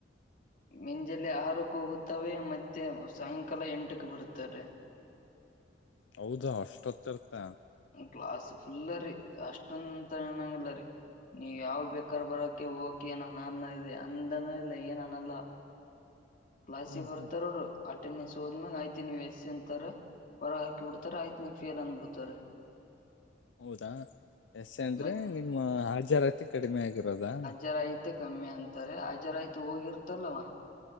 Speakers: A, on the left (about 50°); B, on the left (about 80°).
A: ಮುಂಜಲೆ ಆರುಕ್ಕ ಹೋಗುತ್ತವೆ ಮತ್ತೆ ಸಾಯಂಕಾಲ ಎಂಟಕ್ಕೆ ಬರುತ್ತಾರೆ
B: ಹೌದಾ ಅಷ್ಟೊತ್ತರ್ತ
A: ಗ್ಲಾಸ್ ಫುಲ್ರಿ ಅಷ್ಟೊಂದಂತ ನಂಗಿಲ್ಲರಿ ನೀವ್ ಯಾವಗ ಬೇಕಾರ್ ಬರೋಕೆ ಹೋಗಕಿ ಏನ್ ಅನನ್ನ ಇದೆ ಅಂದನ ಇಲ್ಲ ಏನ್ ಅನಲ್ಲ ಕ್ಲಾಸಿಗೆ
B: ಹ್ಮ್
A: ಬರ್ತಾರೋರು
B: ಹ್ಮ್
A: ಅಟೆಂಡೆನ್ಸ್ ಹೋದ್ಮಾಗ ಆಯ್ತಿ ನೀವು ಎಸ್ ಅಂತಾರೆ ಹೊರಗೆ ಹಾಕಿ ಬಿಡ್ತಾರೆ ಆಯ್ತಿ ನೀವ್ ಫೇಲ್ ಅನ್ ಬಿಡ್ತಾರೆ
B: ಹೌದಾ ಎಸೆ ಅಂದ್ರೆ
A: ಮತ್
B: ನಿಮ್ಮ ಹಜಾರತಿ ಕಡಿಮೆ ಆಗಿರೋದಾ
A: <unintelligible> ಕಮ್ಮಿ ಅಂತಾರೆ ಹಾಜರ ಆಯ್ತು ಹೋಗಿರ್ತಲ್ವಾ